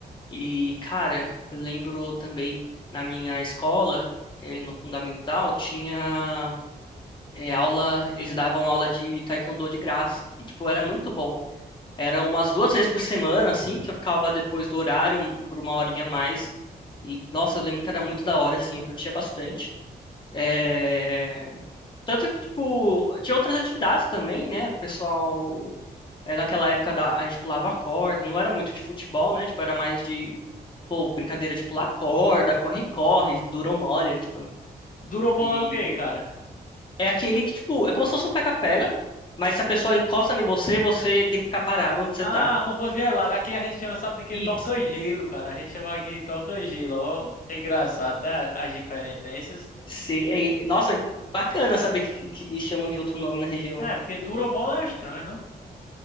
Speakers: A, on the left (about 30°); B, on the left (about 55°).
A: E, cara, eu lembro também na minha escola, eh, no fundamental, tinha eh, aula, eles davam aula de taekwondo de graça. E, tipo, era muito bom. Eram umas duas vezes por semana, assim, que eu ficava depois do horário um- por uma horinha a mais. E, nossa, eu lembro que era muito da hora, assim, eu curtia bastante. Eh, Tanto que, tipo, tinha outras atividades também, né? O pessoal é, naquela época da, a gente pulava corda, não era muito de futebol, né? Tipo, era mais de, pô, brincadeira de pular corda, corre-corre, dura ou molha, tipo.
B: Duromol
A: E
B: é o quê, cara?
A: é aquele que, tipo, é como se fosse um pega-pega, mas se a pessoa encosta em você, você tem que ficar parado onde você
B: Ah,
A: tá.
B: como fosse gelado. Aqui a gente chama, sabe de quê?
A: Isso.
B: Toca gelo, cara. A gente chama aqui de toca gelo. Ó, é engraçado, né? As diferenças.
A: Se- é- nossa, bacana saber que, que chamam de outro nome na região.
B: Ah, é porque duromol é estranho, não?